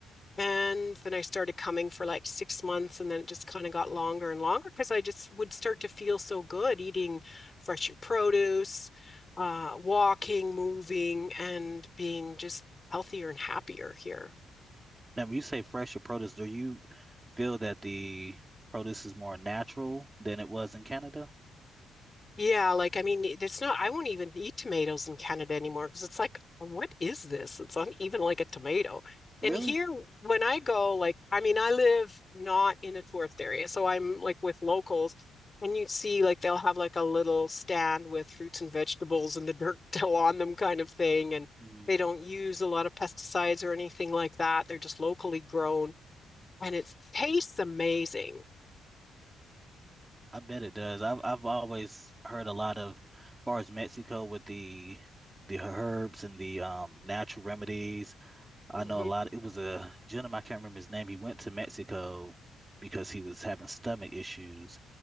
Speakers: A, on the left (about 25°); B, on the right (about 20°).
A: And then I started coming for like six months. And then it just kind of got longer and longer because I just would start to feel so good eating fresh produce, uh, walking, moving, and being just healthier and happier here.
B: Now, when you say fresher produce, do you feel that the produce is more natural than it was in Canada?
A: Yeah, like I mean, it's not, I won't even eat tomatoes in Canada anymore because it's like, what is this? It's not even like a tomato.
B: Really?
A: And here, when I go, like, I mean, I live not in a tourist area, so I'm like with locals, and you see, like, they'll have like a little stand with fruits and vegetables and the dirt <laughs> still on them kind of thing. And
B: Mm,
A: they don't use a lot of pesticides or anything like that. They're just locally grown and it tastes amazing.
B: I bet it does. I've I've always heard a lot of, as far as Mexico with the the herbs and the um natural remedies I
A: Mm-hmm.
B: know a lot. It was a gentleman, I can't remember his name. He went to Mexico because he was having stomach issues,